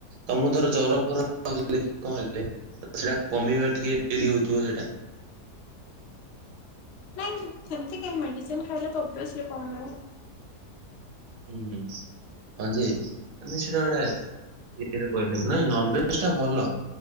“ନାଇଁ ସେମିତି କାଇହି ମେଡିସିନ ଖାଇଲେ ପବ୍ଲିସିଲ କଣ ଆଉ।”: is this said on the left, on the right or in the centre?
Left